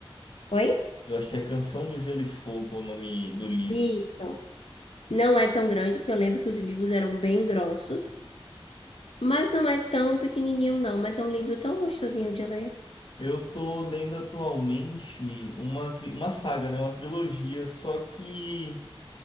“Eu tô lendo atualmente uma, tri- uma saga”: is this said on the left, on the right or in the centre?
Left